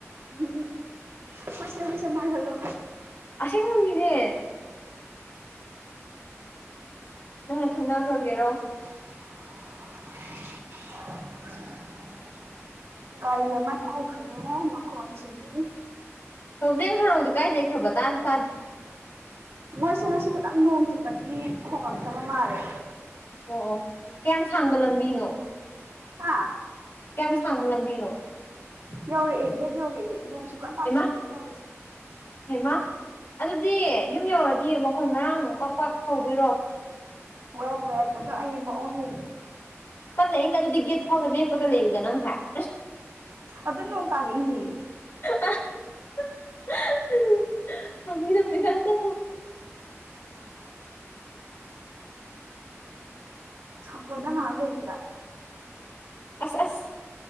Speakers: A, on the right; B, on the left.
A: ꯎꯝ ꯎꯝ ꯍꯣꯏꯁꯦ ꯍꯣꯏꯁꯦ ꯃꯥꯜꯍꯜꯂꯣ
B: ꯑꯁꯦꯡꯕꯒꯤꯅꯦ ꯅꯪꯅ ꯈꯪꯅꯈ꯭ꯔꯒꯦꯔꯣ
A: <unintelligible> ꯒꯥꯔꯤ ꯑꯃ ꯊꯧꯈ꯭ꯔꯦ ꯃꯈꯣꯟꯁꯤꯗꯤ <inaudible>
B: <unintelligible>
A: ꯃꯣꯏꯁꯦ ꯉꯁꯤ ꯈꯤꯇꯪ ꯅꯣꯡ ꯆꯨꯕꯒꯤ ꯈꯣꯡꯂꯛꯛꯇꯕ ꯃꯥꯜꯂꯦ
B: ꯑꯣ ꯑꯣ ꯀꯌꯥꯝ ꯁꯥꯡꯕ ꯂꯝꯕꯤꯅꯣ
A: ꯍꯥ
B: ꯀꯌꯥꯝ ꯁꯥꯡꯕ ꯂꯝꯕꯤꯅꯣ
A: ꯌꯧꯔꯛꯑꯦ ꯒꯦꯠ ꯌꯧꯔꯛꯑꯦ ꯅꯣꯡꯁꯨ ꯀꯟ ꯇꯥꯁꯤꯜ
B: ꯍꯩꯃꯥ
A: ꯂꯛꯑꯦ ꯇꯧꯔꯤꯁꯦ
B: ꯍꯩꯃꯥ ꯑꯗꯨꯗꯤ ꯌꯨꯝ ꯌꯧꯔꯗꯤ ꯃꯈꯣꯟ ꯃꯔꯥꯡ ꯄꯥꯛ ꯄꯥꯛ ꯐꯧꯗꯣꯏꯔꯣ
A: ꯋꯦꯠ ꯋꯦꯠ ꯑꯗꯣ ꯑꯩ ꯃꯑꯣꯡ ꯌꯦꯡꯒꯦ
B: ꯇꯞꯅꯥ ꯏꯩꯅ ꯑꯗꯨꯗꯤ ꯒꯦꯠ ꯐꯥꯎꯗ ꯂꯦꯞꯄꯒ ꯂꯩꯌꯨꯗꯅ ꯉꯍꯥꯛ
A: ꯑꯗꯨ ꯅꯣꯡꯇꯥꯔꯛꯏꯅꯤ
B: <inaudible> ꯐꯥꯒꯤ ꯇꯧꯕꯅꯤꯗ ꯆꯪꯉꯣ
A: ꯁꯝꯕꯣꯗ ꯉꯥꯏꯍꯥꯛ ꯂꯩꯁꯤꯔ
B: ꯑꯁ ꯑꯁ